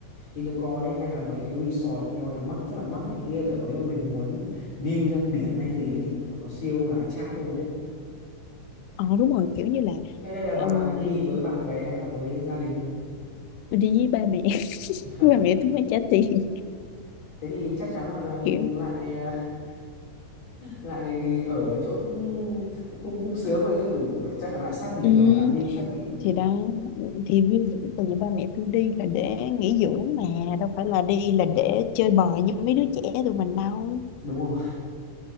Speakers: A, on the left (about 45°); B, on the left (about 85°).
A: Intercon ấy hay là mấy cái resort ấy, eo ơi nó mắc rất là mắc ấy, Ý là kiểu nếu mà mình muốn view ra biển hay gì ấy thì kiểu nó siêu là chát luôn ấy.
B: ờ đúng rồi kiểu như là
A: Thế đây là bà
B: ừm,
A: đi với bạn bè hay là với gia đình?
B: tôi đi với ba mẹ <laughs>
A: <laughs>
B: ba mẹ tôi mới trả tiền
A: Thế thì chắc chắn là
B: kiểu
A: lại à, lại ở chỗ cũng cũng cũng sướng rồi chứ Vậy chắc là lại sát biển
B: ừ
A: rồi lại view sát biển
B: thì đó thì ví dụ tại vì ba mẹ tôi đi là để nghỉ dưỡng mà đâu phải là đi là để chơi bời như mấy đứa trẻ tụi mình đâu
A: đúng không <laughs>